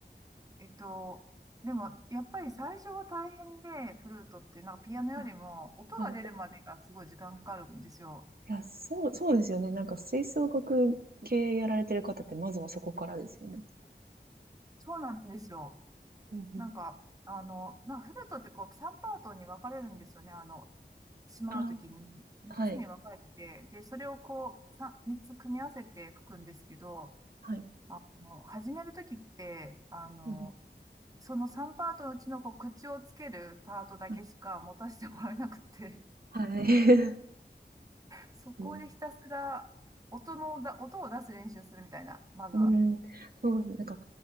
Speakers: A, on the right (about 20°); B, on the right (about 60°).
A: えっと、でも、やっぱり最初は大変で、フルートって、なんかピアノよりも、
B: あ、
A: 音が出るまでがすごい時間かかるんですよ。
B: はい。いや、そうそうですよね。なんか吹奏楽系やられてる方って、
A: うんうん
B: まずはそこからですよね。
A: そうなんですよ。
B: うんうん。
A: なんか、あの、なんかフルートってこう、3パートに分かれるんですよね。あの、しまうときに、
B: あ
A: 3つに分かれてて、
B: あ、はい、
A: で、それをこう、さ3つ組み合わせて吹くんですけど、
B: はい。
A: あの、始めるときって、あの、
B: うんうん。
A: その3パートのうちのこう口をつけるパートだけしか持たせてもらえなくて
B: はい。はい。<laughs>
A: そこでひたすら音のだ、
B: ま
A: 音を出す練習するみたいな、まずは。
B: うん、そうですね。
A: うん。
B: なんか、